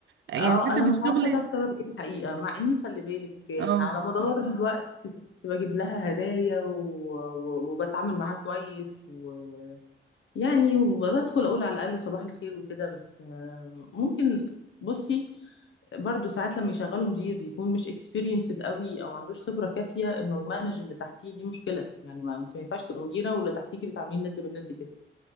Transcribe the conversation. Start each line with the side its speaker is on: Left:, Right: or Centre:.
Right: يعني
Left: اه
Right: حتى
Left: انا
Right: في
Left: مش
Right: الشغل
Left: عارفه ده بسبب ايه الحقيقه مع اني خلي بالك يعني
Right: اه
Left: على مدار الوقت كنت بجيب لها هدايا و... و... وبتعامل معاها كويس و... يعني وبدخل اقول على الاقل صباح الخير وكده بس آه، ممكن بصي برضو ساعات لما يشغلوا مدير يكون مش اكسبيرينسد قوي او ما عندوش خبره كافيه انه يمانج اللي تحتيه دي مشكله يعني ما انت ما ينفعش تبقى مديره واللي تحتيكي بتعاملين ند بالند كده